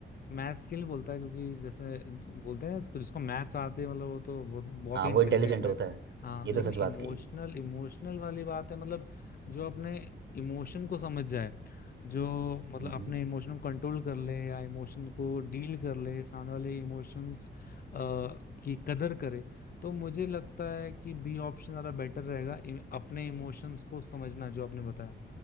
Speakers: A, on the left (about 50°); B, on the right (about 65°).
A: मैथ्स के लिए बोलता क्योंकि जैसे बोलते हैं इसको जिसको मैथ्स आते हैं मतलब वो तो बहुत बहुत
B: हाँ
A: ही
B: वो
A: इंटेलिजेंट
B: इंटेलिजेंट होता
A: है
B: है
A: हाँ
B: ये
A: लेकिन
B: तो सच
A: इमोशनल
B: बात कही
A: इमोशनल वाली बात है मतलब जो अपने इमोशन को समझ जाए जो मतलब
B: मम्म।
A: अपने इमोशन को कंट्रोल कर ले या इमोशन को डील कर ले सामने वाले इमोशंस की कदर करे तो मुझे लगता है कि बी ऑप्शन ज़्यादा बेटर रहेगा इ- अपने इमोशंस को समझना जो आपने बताया